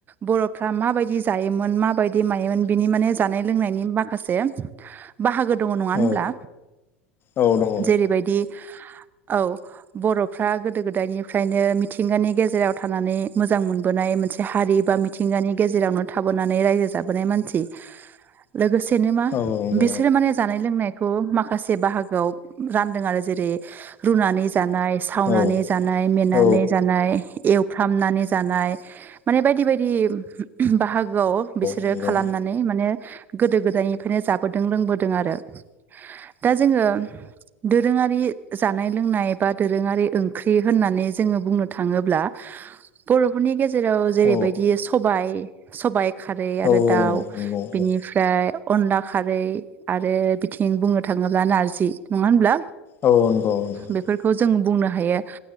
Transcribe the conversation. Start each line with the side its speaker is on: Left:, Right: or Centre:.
Right: बर'फ्रा माबायदि जायोमोन मा। बायदि मायोमोन बिनि माने जानाय लोंनानि माखासे बाहागो। दङ नङा होनब्ला
Left: औ औ दङ
Right: जेरैबायदि। औ बर'फ्रा गोदो गोदायनिफ्रायनो। थिंगानि गेजेराव थानानै मोजां मोनबोनाय मोनसे हारि बा मिथिंगानि गेजेरावनो थाबोनानै रायजो। जाबोनाय मानसि लोगोसेनो मा
Left: औ नंगौ
Right: बिसोरो माने जानाय लोंनाय। खौ माखासे बाहागोआव रानदों आरो जेरै रुनानै। जानाय सावनानै
Left: औ
Right: जानाय मेंनानै
Left: औ
Right: जानाय एव। थामनानै जानाय माने बायदि बायदि। बाहागोआव बिसोरो
Left: नंगौ
Right: खालामनानै माने। गोदो गोदायनिफ्रायनो जाबोदों लोंबोदों आरो दा, जोङो दोरोङारि जानाय लोंनाय बा दोरोङारि ओंख्रि होननानै जोङो बुंनो थाङोब्ला बर'फोरनि गेजेराव जेरैबायदि
Left: औ
Right: स <unintelligible> सबायाइ खारै आरो
Left: औ
Right: दाउ
Left: नंगौ औ
Right: बिनिफ्राय अनला खारै आरो थं <unintelligible> बुंनो थाङोब्ला नारजि नङा होनब्ला
Left: औ नंगौ औ नंगौ
Right: बेफोरखौ जों बुंनो ह हायो,